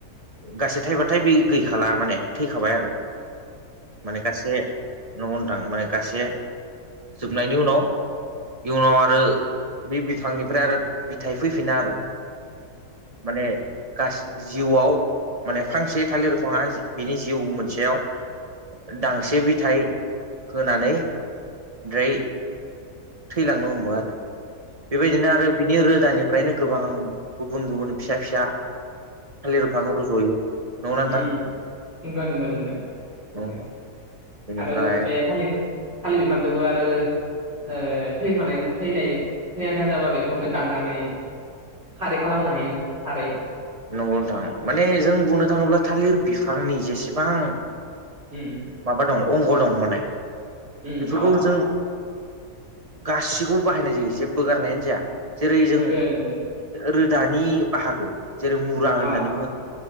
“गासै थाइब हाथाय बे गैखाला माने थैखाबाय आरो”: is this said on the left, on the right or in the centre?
Right